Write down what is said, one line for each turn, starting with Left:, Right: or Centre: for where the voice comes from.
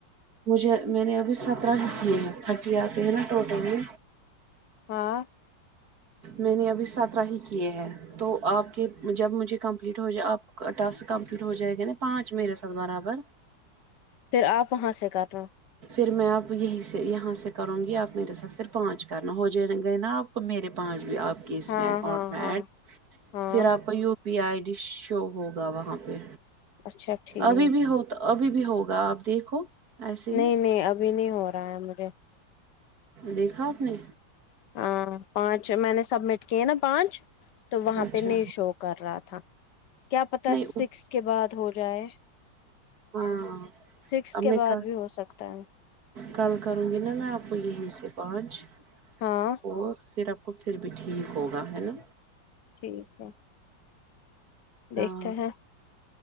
Right: مجھے میں نے ابھی سترہ ہی کیے ہیں تھرٹی آتے ہیں نا ٹوٹلی
Left: ہاں
Right: میں نے ابھی سترہ ہی کیے ہیں تو آپ کے جب مجھے کمپلیٹ ہو جائے آپ ٹاسک کمپلیٹ ہو جائے گا نا پانچ میرے ساتھ برابر
Left: پھر آپ وہاں سے کر رہا ہوں
Right: پھر میں آپ یہیں سے یہاں سے کروں گی آپ میرے ساتھ پھر پانچ کرنا ہو جائے گئے نا آپ میرے پانچ بھی آپ کے اس
Left: ہاں
Right: میں اکاؤنٹ
Left: ہاں
Right: میں
Left: ہاں
Right: ایڈ
Left: ہاں
Right: پھر آپ کا U P I D show ہوگا وہاں پہ
Left: اچھا ٹھیک
Right: ابھی بھی ہو تو ابھی بھی ہوگا آپ دیکھو ایسے ہی
Left: نہیں نہیں ابھی نہیں ہو رہا ہے مجھے
Right: دیکھا آپ نے
Left: ا پانچ میں نے سبمٹ کیے نا پانچ تو وہاں
Right: اچھا
Left: پہ نہیں شو کر رہا تھا کیا پتا
Right: نہیں
Left: سکس کے بعد ہو جائے
Right: ہاں
Left: سکس
Right: اب میں
Left: کے بعد
Right: کا
Left: بھی ہو سکتا ہے
Right: کل کروں گی نا میں آپ کو یہیں سے پہنچ
Left: ہاں
Right: اور پھر آپ کو پھر بھی ٹھیک ہوگا ہے نا
Left: ٹھیک ہے دیکھتے
Right: ہاں
Left: ہیں